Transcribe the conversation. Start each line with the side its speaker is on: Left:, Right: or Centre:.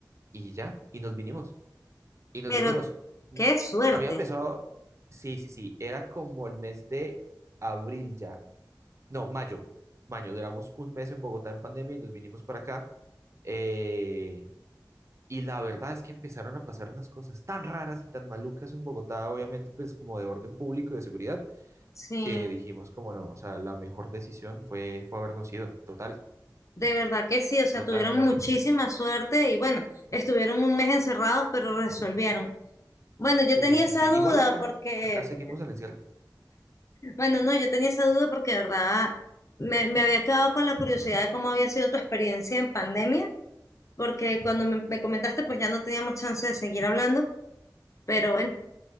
Right: y ya, y nos vinimos. Y nos
Left: pero
Right: vinimos. N-
Left: qué suerte.
Right: Había empezado, sí, sí, sí, era como el mes de abril ya. No, mayo. Mayo, duramos un mes en Bogotá en pandemia y nos vinimos para acá. Eh, y la verdad es que empezaron a pasar unas cosas tan raras y tan malucas en Bogotá, obviamente, pues como de orden público y de seguridad,
Left: Sí,
Right: que dijimos como no, o sea, la mejor decisión fue, fue habernos ido, total,
Left: de verdad que sí, o sea,
Right: totalmente.
Left: tuvieron muchísima suerte y bueno, estuvieron un mes encerrados, pero resolvieron. Bueno, yo
Right: Sí,
Left: tenía
Right: sí,
Left: esa
Right: sí.
Left: duda
Right: Igual acá,
Left: porque,
Right: acá seguimos
Left: porque-
Right: el encierro.
Left: bueno, no, yo tenía esa duda porque de verdad me, me había quedado con la curiosidad de cómo había sido tu experiencia en pandemia, porque cuando me, me comentaste, pues ya no teníamos chance de seguir hablando, pero bueno.